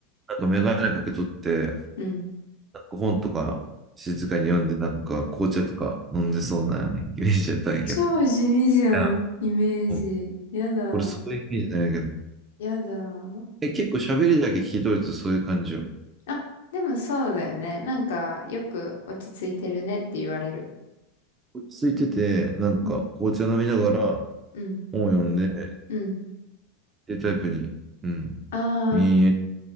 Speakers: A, on the right (about 25°); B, on the left (about 75°).
A: か眼鏡かけとって、
B: うん。
A: なんか本とか静かに読んで、なんか紅茶とか飲んでそうなイメージやったんやけど。
B: 超地味じゃん、
A: いや、
B: イメージ。
A: もう
B: やだ、
A: 俺そういうイメージないけど。
B: やだ。
A: え、結構喋りだけ聞いとるとそういう感じよ。
B: あ、でもそうだよね。なんか、よく落ち着いてるねって言われる。
A: 落ち着いてて、なんか紅茶飲みながら
B: うん。うん、
A: 本を読んで、っ
B: うん。
A: ていうタイプに、うん、
B: ああ、
A: 見え、